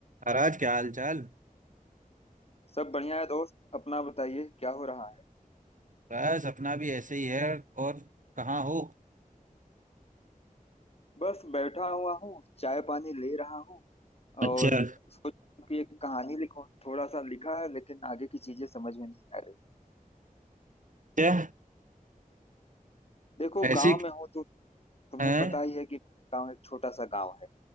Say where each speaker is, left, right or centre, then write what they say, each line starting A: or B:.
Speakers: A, on the right; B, on the left.
A: महाराज क्या हाल चाल
B: सब बढ़िया है दोस्त अपना बताइए क्या हो रहा है
A: बस अपना भी ऐसे ही है और कहाँ हो
B: बस बैठा हुआ हूँ चाय पानी ले रहा हूँ
A: अच्छा
B: और सोच रहा हूं कि एक कहानी लिखूं थोड़ा सा लिखा है लेकिन आगे की चीजें समझ में नहीं आ रही
A: क्या
B: देखो
A: ऐसी
B: गांव में हूँ तो तुम्हें
A: है
B: पता ही है कि गांव एक छोटा सा गांव है